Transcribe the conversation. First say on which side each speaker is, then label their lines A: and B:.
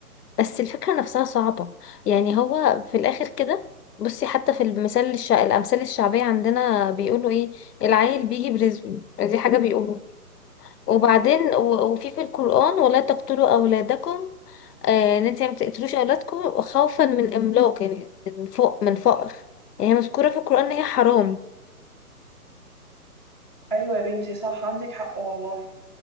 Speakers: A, on the left (about 80°); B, on the left (about 20°).
A: بس الفكرة نفسها صعبة يعني هو في الآخر كده بصي حتى في المثال الشع... الأمثال الشعبية عندنا بيقولوا إيه العيل بيجي برزقه دي حاجة بيقولوا وبعدين
B: مم.
A: و... وفي في القرآن ولا تقتلوا أولادكم آه، إن أنت ما تقتلوش أولادكم خوفا من إملاق يعني من فوق من فقر يعني هي مذكورة في القرآن إن هي حرام
B: ايوه يا بنتي صح عندك حق والله